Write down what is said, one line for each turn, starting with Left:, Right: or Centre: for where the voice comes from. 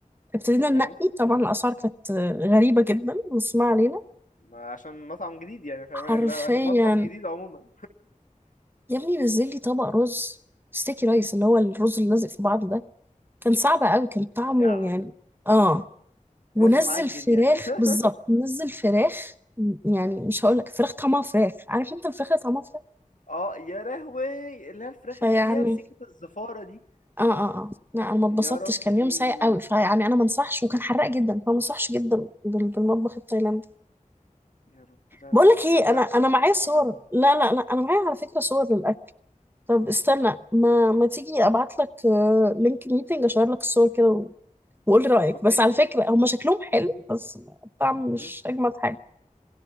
Right: ابتدينا
Left: تمام
Right: ننقي طبعا الأسعار كانت آه، غريبة جدا بس ما علينا
Left: ما عشان مطعم جديد يعني فاهمين
Right: حرفيا
Left: اللي هو مطبخ جديد عموما
Right: يا ابني نزل لي طبق رز ستيكي رايس اللي هو الرز اللي لازق في بعضه ده كان صعب قوي كان طعمه
Left: يا
Right: يعني اه ونزل
Left: رز معجن
Right: فراخ
Left: يعني <laughs>
Right: بالظبط نزل فراخ م- يعني مش هقول لك فراخ طعمها فراخ عارف انت الفراخ اللي طعمها فراخ
Left: اه يا لهوي اللي هي الفراخ
Right: فيعني
Left: اللي فيها سكة الزفارة دي
Right: اه اه اه لا انا ما اتبسطتش
Left: يا ربي
Right: كان يوم سيء قوي فيعني انا ما انصحش وكان حراق جدا فما انصحش جدا بال- بالمطبخ التايلاندي
Left: يا ربي لا
Right: بقول لك ايه
Left: لو كده
Right: انا انا
Left: مش هروح
Right: معايا
Left: اكل
Right: صور
Left: من عندهم
Right: لا لا لا انا معايا على فكره صور للاكل طب استنى ما ما تيجي ابعت لك لينك ميتنج اشير لك الصور كده وقول رأيك
Left: اوكي
Right: بس على فكرة هما شكلهم حلو بس الطعم مش
Left: امم
Right: أجمد حاجة